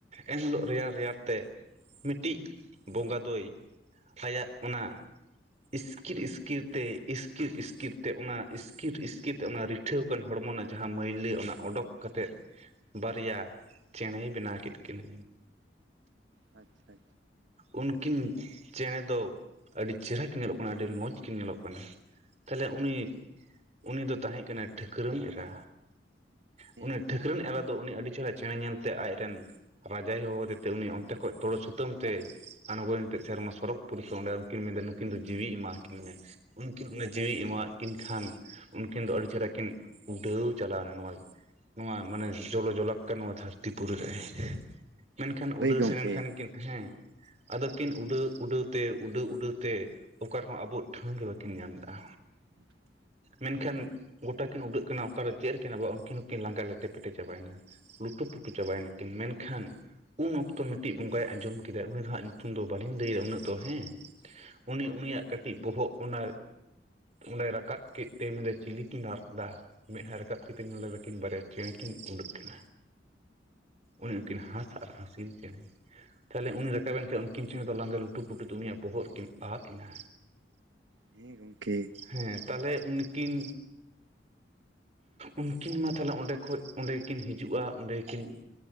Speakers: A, on the right (about 40°); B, on the right (about 80°).
A: ᱮᱱᱦᱤᱞᱳᱜ ᱨᱮᱭᱟᱲ ᱨᱮᱭᱟᱲ ᱛᱮ ᱢᱤᱫᱴᱤᱡ ᱵᱚᱸᱜᱟ ᱫᱚᱭ ᱟᱭᱟᱜ ᱚᱱᱟ ᱤᱥᱠᱤᱨ ᱤᱥᱠᱤᱨ ᱛᱮ, ᱤᱥᱠᱤᱨ ᱤᱥᱠᱤᱨ ᱛᱮ ᱚᱱᱟ, ᱤᱥᱠᱤᱨ ᱤᱥᱠᱤᱨ ᱛᱮ ᱚᱱᱟ ᱴᱷᱟᱹᱣᱠᱟᱱ ᱦᱚᱲᱢᱚ ᱨᱮᱱᱟᱜ ᱡᱟᱦᱟᱸ ᱢᱟᱹᱭᱞᱟᱹ ᱚᱱᱟ ᱚᱰᱚᱠ ᱠᱟᱛᱮᱫ ᱵᱟᱨᱭᱟ ᱪᱮᱬᱮᱭ ᱵᱮᱱᱟᱣ ᱠᱮᱫ ᱠᱤᱱᱟᱹ᱾
B: ᱟᱪᱪᱷᱟ᱾
A: ᱩᱱᱠᱤᱱ ᱪᱮᱬᱮ ᱫᱚ ᱟᱹᱰᱤ ᱪᱮᱦᱨᱟ ᱠᱤᱱ ᱧᱮᱞᱚᱜ ᱠᱟᱱᱟ ᱟᱹᱰᱤ ᱢᱚᱸᱡᱽ ᱠᱤᱱ ᱧᱮᱞᱚᱜ ᱠᱟᱱᱟ ᱛᱟᱦᱞᱮ ᱩᱱᱤ ᱩᱱᱤ ᱫᱚ ᱛᱟᱦᱮᱸ ᱠᱟᱱᱟᱭ ᱴᱷᱟᱹᱠᱨᱟᱹᱱ ᱮᱨᱟ᱾
B: ᱦᱮᱸ
A: ᱢᱟᱱᱮ
B: ᱜᱚᱝᱠᱮ
A: ᱴᱷᱟᱹᱠᱨᱟᱹᱱ ᱮᱨᱟ ᱫᱚ ᱩᱱᱤ ᱟᱹᱰᱤ ᱪᱮᱦᱨᱟ ᱪᱮᱬᱮ ᱧᱮᱞ ᱥᱮ ᱟᱡᱨᱮᱱ ᱨᱟᱡᱟᱭ ᱦᱚᱦᱚ ᱟᱫᱮᱛᱮ ᱩᱱᱤ ᱚᱱᱛᱮ ᱠᱷᱚᱡ ᱛᱚᱲᱮ ᱥᱩᱛᱟᱹᱢ ᱛᱮᱭ ᱟᱬᱜᱚᱭᱮᱱᱛᱮ ᱥᱮᱨᱢᱟ ᱥᱚᱨᱚᱜᱽ ᱯᱚᱨᱤ ᱠᱷᱚᱱ ᱚᱸᱰᱮ ᱩᱱᱠᱤᱱ ᱢᱮᱱᱫᱟ ᱱᱩᱠᱤᱱ ᱫᱚ ᱡᱤᱣᱤᱭ ᱮᱢᱟ ᱠᱤᱱᱟᱹ, ᱩᱱᱠᱤᱱ ᱚᱱᱟ ᱡᱤᱣᱭᱤᱭ ᱮᱢᱟᱣᱟᱫ ᱠᱤᱱ ᱠᱷᱟᱱ ᱩᱱᱠᱤᱱ ᱫᱚ ᱟᱹᱰᱤ ᱪᱮᱦᱨᱟ ᱠᱤᱱ ᱩᱰᱷᱟᱹᱣᱻ ᱪᱟᱞᱟᱣᱮᱱᱟ ᱱᱚᱣᱟ ᱱᱚᱣᱟ ᱢᱟᱱᱮ ᱡᱚᱞᱚ ᱡᱚᱞᱟᱠᱠᱟᱨ ᱱᱚᱣᱟ ᱫᱷᱟᱹᱨᱛᱤᱯᱩᱨᱤ ᱨᱮ᱾ ᱢᱮᱱᱠᱷᱟᱱ
B: ᱦᱳᱭ
A: ᱩᱰᱟᱹᱣ
B: ᱜᱚᱝᱠᱮ
A: ᱥᱮᱱᱮᱱ ᱠᱤᱱ ᱦᱮᱸ ᱟᱫᱚᱠᱤᱱ ᱩᱰᱟᱹᱣ ᱩᱰᱟᱹᱣ ᱛᱮ, ᱩᱰᱟᱹᱣ ᱩᱰᱟᱹᱣ ᱛᱮ ᱚᱠᱟᱨ ᱨᱮᱦᱚᱸ ᱟᱵᱚ ᱴᱷᱟᱹᱶ ᱜᱮ ᱵᱟᱹᱠᱤᱱ ᱧᱟᱢ ᱞᱮᱜ-ᱟ᱾
B: <inaudible>
A: ᱢᱮᱱᱠᱷᱟᱱ ᱜᱚᱴᱟ ᱠᱤᱱ ᱩᱰᱟᱹᱜ ᱠᱟᱱᱟ, ᱚᱠᱟᱨᱮ ᱪᱮᱫ ᱨᱮᱠᱤᱱ ᱟᱵᱚᱜ-ᱟ ᱩᱱᱠᱤᱱ ᱦᱚᱸᱠᱤᱱ ᱞᱟᱸᱜᱟ ᱞᱮᱴᱮ ᱯᱮᱴᱮ ᱪᱟᱵᱟᱭᱮᱱᱟ᱾ ᱞᱩᱴᱩ ᱯᱩᱴᱩ ᱪᱟᱵᱟᱭᱮᱱᱟᱠᱤᱱ᱾ ᱢᱮᱱᱠᱷᱟᱱ ᱩᱱ ᱚᱠᱛᱚ ᱢᱤᱫ ᱢᱤᱫᱴᱤᱡ ᱵᱚᱸᱜᱟᱭ ᱟᱸᱡᱚᱢ ᱠᱮᱫᱟ ᱩᱱᱤ ᱫᱚ ᱦᱟᱸᱜ ᱧᱩᱛᱩᱢ ᱫᱚ ᱵᱟᱹᱞᱤᱧ ᱞᱟᱹᱭᱟ ᱩᱱᱟᱹᱜ ᱫᱚ ᱦᱮᱸ᱾ ᱩᱱᱤ ᱩᱱᱤᱭᱟᱜ
B: ᱦᱳᱭ ᱜᱚᱝᱠᱮ
A: ᱠᱟᱹᱴᱤᱡ ᱵᱚᱦᱚᱜ ᱚᱱᱟ ᱚᱸᱰᱮᱭ ᱨᱟᱠᱟᱵ ᱠᱮᱫ ᱛᱮ ᱢᱮᱱᱫᱟᱭ ᱪᱤᱞᱤᱠᱤᱱ ᱨᱟᱜ ᱫᱟ? ᱢᱮᱸᱫᱦᱟᱭ ᱨᱟᱠᱟᱵ ᱠᱟᱛᱮ ᱧᱮᱞᱮ ᱫᱚ ᱠᱤᱱ ᱵᱟᱨᱭᱟ ᱪᱮᱬᱮ ᱠᱤᱱ ᱩᱰᱟᱹᱜ ᱠᱤᱱᱟ, ᱩᱱᱠᱤᱱ ᱦᱟᱸᱥ ᱟᱨ ᱦᱟᱸᱥᱤᱞ ᱪᱮᱬᱮ᱾ ᱛᱟᱦᱚᱞᱮ ᱩᱱᱤ ᱨᱟᱠᱟᱵᱮᱱ ᱠᱷᱟᱡᱽ ᱩᱱᱠᱤᱱ ᱪᱮᱸᱬᱮ ᱫᱚ ᱞᱟᱸᱜᱟ ᱞᱩᱴᱩ ᱯᱩᱴᱩ ᱛᱮ, ᱩᱱᱤᱭᱟᱜ ᱵᱚᱦᱚᱜ ᱨᱮᱠᱤᱱ ᱟᱫ ᱮᱱᱟ᱾
B: ᱦᱮᱸ ᱜᱚᱢᱠᱮ᱾
A: ᱦᱮᱸ ᱛᱟᱦᱚᱞᱮ ᱩᱱᱠᱤᱱ ᱩᱱᱠᱤᱱ ᱢᱟ ᱛᱟᱦᱚᱞᱮ ᱚᱸᱰᱮ ᱠᱷᱚᱡᱽ ᱚᱸᱰᱮ ᱠᱤᱱ ᱦᱤᱡᱩᱜᱼᱟ, ᱚᱸᱰᱮ ᱠᱤᱱ